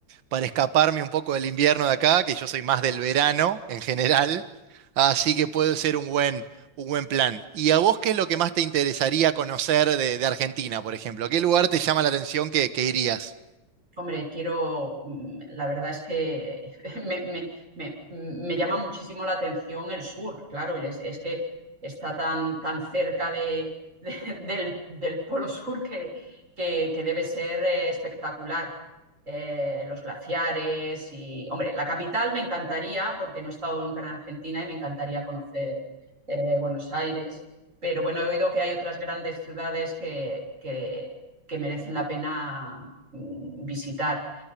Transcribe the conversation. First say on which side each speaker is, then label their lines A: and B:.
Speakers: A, on the right; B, on the right.
A: para escaparme un poco del invierno de acá, que yo soy más del verano en general, así que puede ser un buen, un buen plan. ¿Y a vos qué es lo que más te interesaría conocer de, de Argentina, por ejemplo? ¿Qué lugar te llama la atención que, que irías?
B: Hombre, quiero, mm, la verdad es que <laughs> me, me- me- mm, me llama muchísimo la atención el sur, claro, es, es que está tan, tan cerca de, <laughs> de- del, del Polo Sur que, que- que debe ser eh, espectacular. Eh, los glaciares y, hombre, la capital me encantaría, porque no he estado nunca en Argentina y me encantaría conocer eh, Buenos Aires, pero bueno, he oído que hay otras grandes ciudades que, que que merecen la pena mm, visitar.